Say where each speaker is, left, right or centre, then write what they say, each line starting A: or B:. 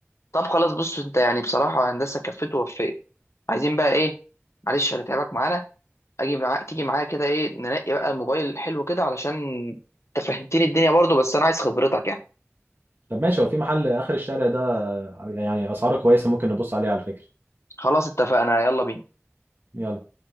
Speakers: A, on the left; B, on the right.
A: طب خلاص بص انت يعني بصراحة هندسة كفت ووفيت عايزين بقى ايه معلش هنتعبك معانا اجي معاك تيجي معايا كده ايه ننقي بقى الموبايل حلو كده علشان انت فهمتني الدنيا برضو بس انا عايز خبرتك يعني
B: طب ماشي هو في محل آخر الشارع ده يعني أسعاره كويسة ممكن نبص عليه على فكرة
A: خلاص اتفقنا يلا بينا
B: يلا